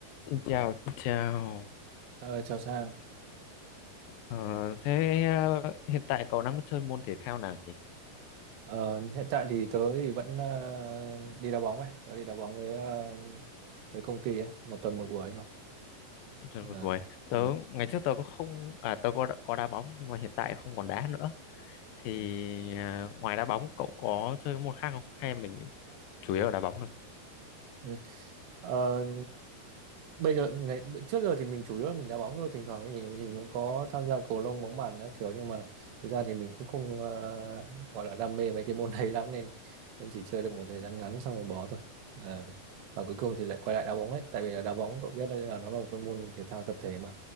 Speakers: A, on the left; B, on the right.
A: Xin chào, xin chào.
B: Ờ, chào Sang.
A: Ờ, thế ờ, hiện tại cậu đang chơi môn thể thao nào nhỉ?
B: Ờ, hiện tại thì tớ thì vẫn ờ, đi đá bóng ấy, tớ đi đá bóng với ờ, với công ty ấy, một tuần một buổi thôi.
A: Trời ơi,
B: Ờ,
A: Tuổi.
B: ừ,
A: Tớ ngày trước tớ có không à tớ có có đá bóng nhưng mà hiện tại không còn đá nữa. Thì
B: ừ.
A: ờ, ngoài đá bóng cậu có chơi môn khác không? Hay mình chủ yếu là đá bóng thôi?
B: ừ. Ờ, bây giờ ngày trước giờ thì mình chủ yếu là mình đá bóng thôi thỉnh thoảng thì mình mới có tham gia cầu lông bóng bàn nữa kiểu nhưng mà thực ra thì mình cũng không ờ, gọi là đam mê mấy cái môn đấy lắm nên nên chỉ chơi được một thời gian ngắn xong rồi bỏ thôi Ờ, và cuối cùng thì lại quay lại đá bóng ấy tại vì là đá bóng cậu biết đấy là nó là một cái môn thể thao tập thể mà